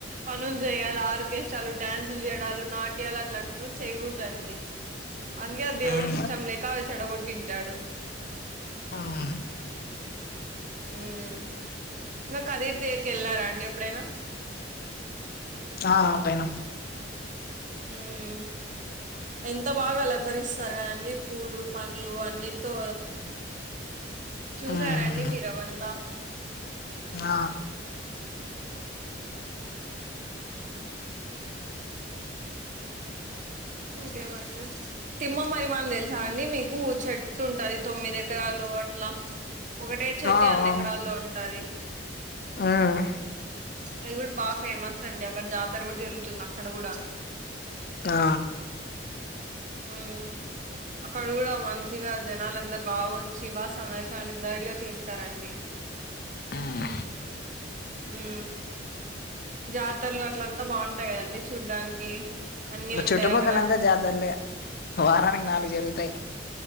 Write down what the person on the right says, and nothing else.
పనులు చేయాలి ఆర్కెస్ట్రాలు డ్యాన్సులు చేయ్ డాలు నాట్యాలు అట్లాంటి చేయకూడదండి అందుకే ఆ దేవుడికి
ఇష్టం లేక అవి చెడగొట్టింటాడు
హ్మ్ ఇంకా కదిరి దగ్గరికి వెళ్ళారా అండి ఎప్పుడైనా
హ్మ్ ఎంత బాగా అలంకరిస్తారు కదండి పూలు పండ్లు అన్నిటీతో చూసారండి
మీరుఅవంతా
ఇంకేమండి తిమ్మ మరి మాను తెలుసా అండి మీకు చెట్స్ ఉంటది తొమ్మిది ఎకరాలు అట్లా ఒకటే చెట్టు
అన్ని ఎకరాల్లో ఉంటది
అది కూడా బాగా ఫేమస్ అండి అక్కడ జాతర కూడా జరుగుతుంది అక్కడ కూడా
హ్మ్ అక్కడ కూడా మంచిగా జనాలందరు బాగా వచ్చి బా సందడి సందడిగా చేస్తారండి <inaudible>
ఉ జాతరలు అట్లంతా బాగుంటాయి కదండి చూడ్డానికి అన్ని ఉంటాయి
అక్కడ